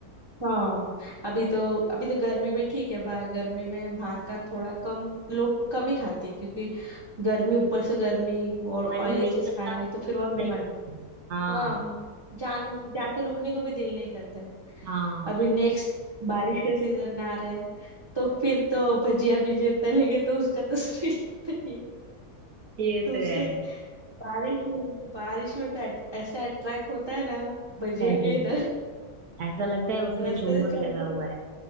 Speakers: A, on the right; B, on the right.
A: हाँ अभी तो अभी तो गर्मी में ठीक है बाहर गर्मी में बाहर का थोड़ा कम लोग कम ही खाते हैं क्योंकि गर्मी ऊपर से गर्मी और
B: मन
A: ऑयली
B: ही नहीं
A: चीज
B: करता
A: खाएंगे तो फिर और
B: नहीं
A: बीमार
B: करता। हाँ
A: हाँ जान जाके रुकने को भी दिल नहीं करता है
B: हाँ
A: अभी नेक्स्ट बारिश का सीजन आ रहा है तो फिर तो भजिया भीजे तलेंगे तो उसका तो <laughs> स्मेल तो ये
B: ये
A: तो
B: तो
A: उसका
B: है
A: कि- बारिश में बारिश में तो ऐट- ऐसा अट्रैक्ट होता है ना भजिया
B: अरे
A: के इधर
B: ऐसा लगता है उसमें
A: रास्ते
B: चुंबक
A: से चलते
B: लगा हुआ
A: हुए-
B: है